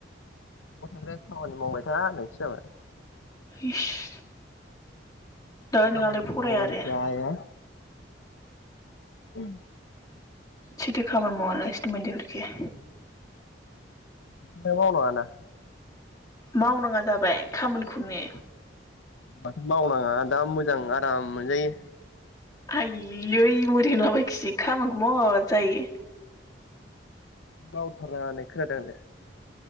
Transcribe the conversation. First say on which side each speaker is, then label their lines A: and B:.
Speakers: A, on the left; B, on the left.
A: बा थांग्राया खामानि मावबाय था नोंसो जाबाय
B: इस दालाय
A: खामानि
B: नोंहालाय फराया
A: मावाबानो
B: आरो
A: जाया। औ।
B: सोरथो खामानि मावालासिनो मोनजाफेरखो।
A: नों मावनांआना।
B: मावनाङा जाबाय खामानिखौनो।
A: माथो मावनाङा दा मोजां आराम मोनजायो।
B: आयै मुरि होनलाबायायखि खामानिखौ माव जायो।
A: मावथारनानानै खोनादोंलाय।